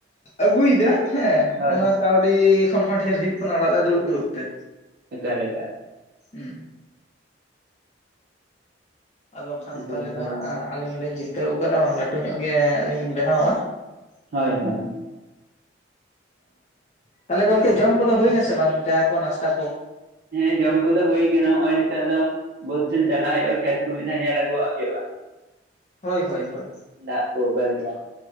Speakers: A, on the left; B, on the right.
A: ᱟᱹᱜᱩ ᱭᱮᱫᱟ ᱦᱮᱸ
B: ᱦᱳᱭ
A: ᱚᱱᱟ
B: ᱦᱳᱭ
A: ᱠᱟᱹᱣᱰᱤ ᱟᱹᱰᱤ ᱠᱷᱚᱱ ᱦᱚᱸ ᱰᱷᱹᱮᱨ ᱦᱩᱭᱩᱜ ᱠᱟᱱᱟ ᱚᱲᱟᱜ ᱨᱮ ᱫᱩᱲᱩᱵ ᱫᱩᱲᱩᱵ ᱛᱮ ᱾
B: ᱮᱠᱟᱞ, ᱮᱠᱟᱞ
A: ᱦᱮᱸ ᱾ ᱟᱫᱚ ᱠᱷᱟᱱ
B: ᱟᱹᱰᱤ
A: ᱛᱟᱦᱚᱞᱮ
B: ᱱᱟᱯᱟᱭ
A: ᱫᱚ ᱦᱟᱸᱜ
B: ᱜᱚᱝᱠᱮ
A: ᱟᱹᱞᱤᱧ ᱦᱚᱞᱤᱧ ᱪᱤᱱᱛᱟᱹᱣ ᱟᱠᱟᱫᱟ ᱵᱟᱝ ᱞᱟᱹᱴᱩ ᱧᱚᱜ ᱜᱮ ᱞᱤᱧ ᱵᱮᱱᱟᱣᱟ ᱾
B: ᱦᱳᱭ
A: <unintelligible>
B: ᱦᱳᱭ
A: ᱛᱟᱦᱚᱞᱮ ᱜᱚᱝᱠᱮ ᱡᱚᱢ ᱠᱚ ᱫᱚ ᱦᱩᱭ ᱱᱟ ᱥᱮ ᱵᱟᱝ ᱪᱟ ᱠᱚ ᱱᱟᱥᱛᱟ ᱠᱚ?
B: ᱦᱮᱸ ᱡᱚᱢ ᱠᱚᱫᱚ ᱦᱩᱭ ᱠᱟᱱᱟ ᱱᱚᱜᱼᱚᱭ ᱱᱤᱛᱚᱜ ᱫᱚ ᱵᱟᱹᱫ ᱥᱮᱱ ᱪᱟᱞᱟᱜ ᱦᱳᱭᱳᱜᱼᱟ, ᱠᱷᱮᱛ ᱠᱚ ᱢᱤᱫ ᱫᱷᱟᱣ ᱧᱮᱞ ᱟᱹᱜᱩᱣᱟᱜ ᱦᱳᱭᱳᱜᱼᱟ ᱾
A: ᱦᱳᱭ ᱦᱳᱭ ᱦᱳᱭ ᱾
B: ᱫᱟᱜ ᱠᱚ ᱚᱠᱟ ᱞᱮᱠᱟ?